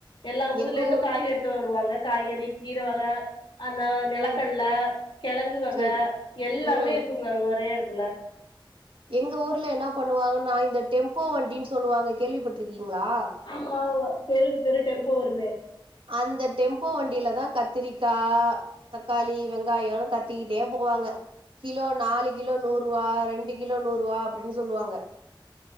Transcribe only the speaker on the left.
எல்லா ஊர்லேந்து
காய்கறி எட்த்துரு வருவாங்க காய்கறி கீர வக அந்த
கட்ல கெழங்கு வக
எல்லாமே
இருக்குங்க அங்க ஒரே எடத்துல
ஆம்மாவுவா தெருவ்க்கு தெரு டெம்போ வருமே